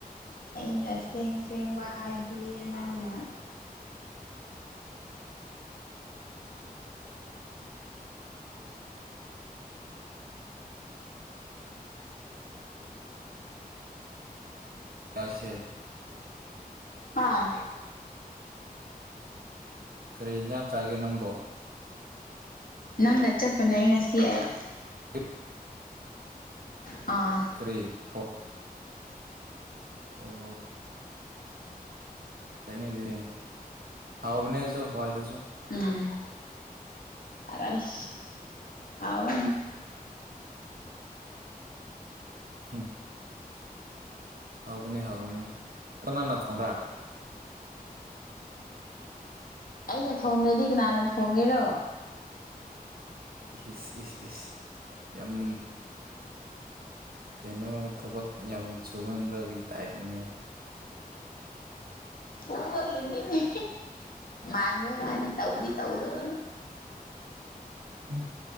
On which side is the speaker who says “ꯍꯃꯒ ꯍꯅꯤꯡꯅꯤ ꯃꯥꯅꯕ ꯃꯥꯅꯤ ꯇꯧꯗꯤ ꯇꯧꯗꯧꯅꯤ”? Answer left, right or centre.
Left